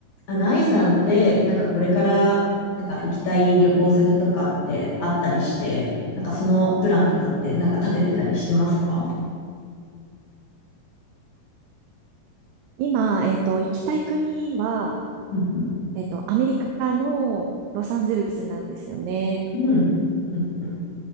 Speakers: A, on the left; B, on the right.
A: あの、あゆさんって、なんかこれから、なんか行きたい旅行先とかってあったりして、なんかそのプランとかって、なんか立ててたりしてますか
B: 今、えっと、行きたい国は、
A: うんうん。
B: えっと、アメリカのロサンゼルスなんですよね。
A: うん。うん。うん。